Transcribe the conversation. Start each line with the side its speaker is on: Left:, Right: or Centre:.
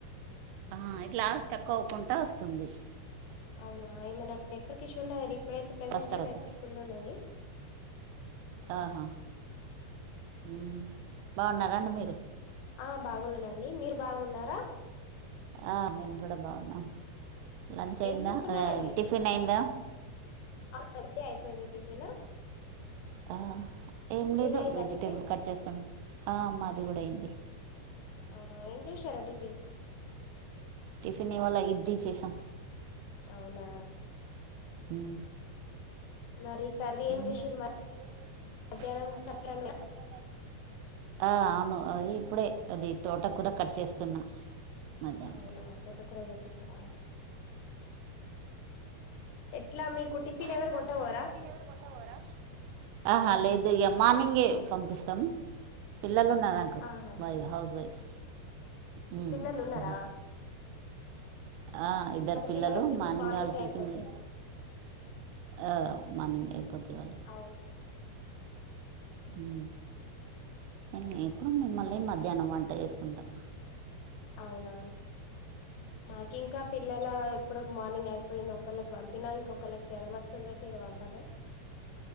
Right: ఆహా ఇట్లా లాస్ట్ తక్కువ అవ్వకుంటా వస్తుంది
Left: అవునా ఏమైనా నెట్వర్క్ ఇష్యూ ఉన్న ఇప్పుడైతే ప్రెజెంట్
Right: ఫస్ట్ అవుతుంది
Left: నెట్వర్క్ ఫుల్ ఉన్నది
Right: ఆహా ఊ బాగున్నారండి మీరు
Left: ఆ బాగున్నానండి మీరు బాగున్నారా
Right: ఆ మేము కూడా బాగున్నాం లంచ్ అయిందా
Left: ఏం చేస్తున్నారండి
Right: ఆ టిఫిన్ అయిందా
Left: అప్పుడే అయిపోయింది టిఫిన్
Right: ఆ ఏం లేదు
Left: మీదైందా
Right: వెజిటేబుల్
Left: టిఫిన్
Right: కట్ చేస్తాను ఆ మాది కూడా అయింది
Left: అవునా ఏం చేశారా టిఫిన్
Right: టిఫిన్ ఇవాళ ఇడ్లీ చేసాం
Left: అవునా
Right: ఊ
Left: మరి కర్రీ
Right: ఏం
Left: చేసారు
Right: మరి కర్రీ ఏం చేసిరు
Left: మధ్యాహ్నం
Right: <unintelligible> మధ్యాహ్నం
Left: సపరేట్
Right: కతే ఆ అవును అది ఇప్పుడే అది తోట కూర కట్ చేస్తున్నా మధ్యాహ్నం
Left: అవునా తోట కూర చేస్తునారా ఎట్లా మీకు టిఫిన్ ఎవరు
Right: ఇట్లా
Left: కొంటపోరా
Right: మీకు టిఫీన్ ఎవరు కొంట్టవరా ఆహా లేదు ఇక మార్నింగ్ పంపిస్తాం పిల్లలు ఉన్నార కు
Left: ఆహా
Right: మరి హౌస్ వైఫ్ ను ఆ
Left: పిల్లలు ఉన్నారా
Right: ఉహు ఆ ఇద్దరు
Left: మరి
Right: పిల్లలు
Left: పిల్లలకు టిఫిన్
Right: మార్నింగ్ ఆలు టిఫిన్
Left: అయిపోతది
Right: జే ఆ మర్నింగ్ అయిపోతది వాళకు
Left: అవును
Right: ఊ నేన్ ఇప్పుడు మల్లి మధ్యాహ్నం వంట చేసుకుంటాం
Left: అవునా మాకు ఇంకా పిల్లల ఇప్పుడు మార్నింగ్ అయిపోయింది ఒకళ్ళకి పంపిన ఇంకొకళ్ళకి జ్వర వస్తుంది అయితే ఇక పంపలే